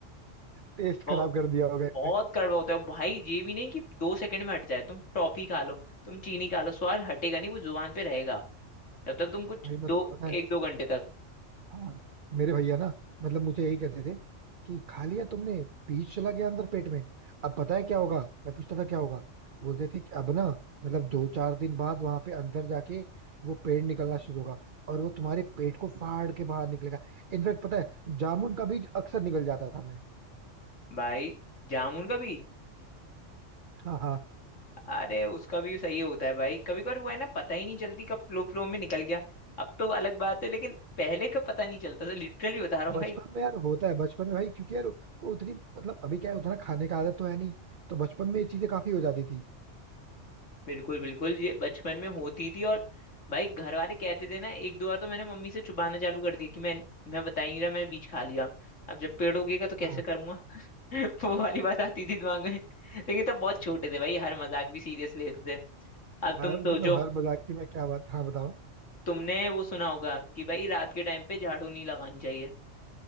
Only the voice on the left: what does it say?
बहुत
बहुत कड़वा होता है भाई ये भी नहीं कि दो सेकंड में हट जाए तुम टॉफी खा लो तुम चीनी खा लो स्वाद हटेगा नहीं वो जुबान पे रहेगा जब तक तुम कुछ
दो
एक
दो घंटे तक
भाई जामुन का बीज
अरे उसका भी सही होता है भाई कभी कभार वो है ना पता ही नहीं चलती कब फ्लो फ्लो में निकल गया अब तो अलग बात है लेकिन पहले का पता नहीं चलता था लिटरली बता रहा हूँ
भाई
बिल्कुल बिल्कुल ये बचपन में होती थी और भाई घर वाले कहते थे ना एक दो बार तो मैंने मम्मी से छुपाना चालू कर दिया कि मैं मैं बता ही नहीं रहा मैंने बीज खा लिया अब जब पेड़ उगेगा तो कैसे
करूंगा <laughs> वो वाली बात आती थी दिमाग में लेकिन तब बहुत छोटे थे भाई हर मजाक भी सीरियस लेते थे अब
तुम सोचो
तुमने वो सुना होगा कि भाई रात के टाइम पे झाड़ू नहीं लगानी चाहिए